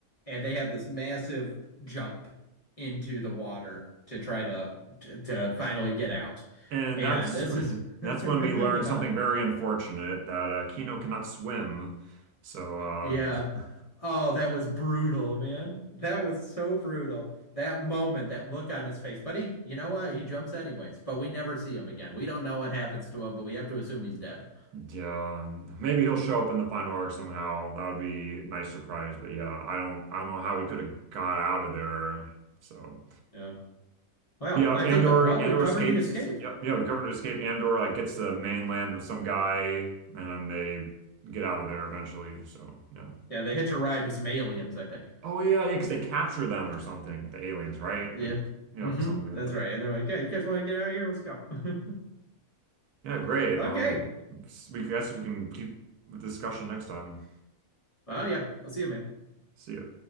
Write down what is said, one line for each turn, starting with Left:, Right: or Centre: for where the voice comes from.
Left: and they have this massive jump into the water to try to to, to finally get out.
Right: And
Left: And
Right: that's
Left: this is
Right: <laughs> that's
Left: <laughs>
Right: when we learned
Left: yeah.
Right: something very unfortunate that uh, Kino cannot swim. So uh,
Left: Yeah.
Right: <laughs>
Left: Oh, that was brutal, man. That was so brutal. That moment, that look on his face. But he, you know what? He jumps anyways, but we never see him again. We don't know what happens to him, but we have to assume he's dead.
Right: Yeah, maybe he'll show up in the final arc somehow. That would be a nice surprise. But yeah, I don't, I don't know how he could have got out of there. So
Left: Yeah. Well,
Right: yeah,
Left: I
Right: Andor,
Left: think, uh, well,
Right: Andor
Left: we covered
Right: escapes.
Left: the escape.
Right: Yep, yeah, we covered escape. Andor like gets to the mainland with some guy, and they get out of there eventually. So yeah.
Left: Yeah, they hitch a ride with some aliens, I think.
Right: Oh yeah, yeah, because they capture them or something. The aliens, right?
Left: Yeah.
Right: Like yeah,
Left: Mm-hmm.
Right: something
Left: That's
Right: like
Left: right.
Right: that.
Left: And they're like, yeah, you guys want to get out of here? Let's go. <laughs>
Right: Yeah, great.
Left: Okay.
Right: Um, we guess we can keep the discussion next time.
Left: Well, yeah, I'll see you, man.
Right: See ya.